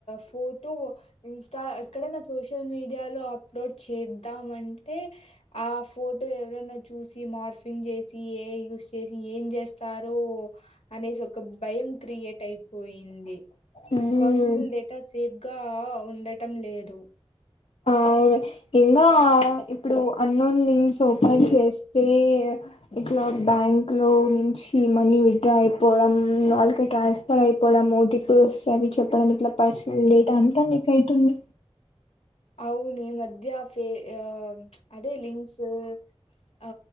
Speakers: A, on the left; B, on the left.
A: ఫోటో ఇన్స్టా ఎక్కడైనా సోషల్ సోషల్ మీడియాలో అప్లోడ్ చేద్దామండి తే ఆ ఫోటో ఎవరన్నా చూసి సి మార్ఫింగ్ చేసి ఏ యూస్ చేసి ఏం జేస్తారు అనేసి ఒక భయం క్రియేట్ అయి పోయింది
B: హ్మ్
A: పర్సనల్ డేటా సేఫ్గా ఉండటం లేదు
B: అవు ఇంగాఇప్పుడు అన్నోనింగ్ ఓపన్ చేస్తే ఇట్లా బ్యాంక్ లో నుంచి ఈ మనీ విత్ డ్రా చేసి పోవడం వాళ్ళకి ట్రాన్స్ఫర్ అయిపోవడం ఓ టిపో వస్త అవి చెప్పడం ఇట్లా పర్సనల్ డేట్ అంతా లీక్ అయితుంది
A: అవును ఈమధ్య ఫె యా అదే లింక్స్ ఆ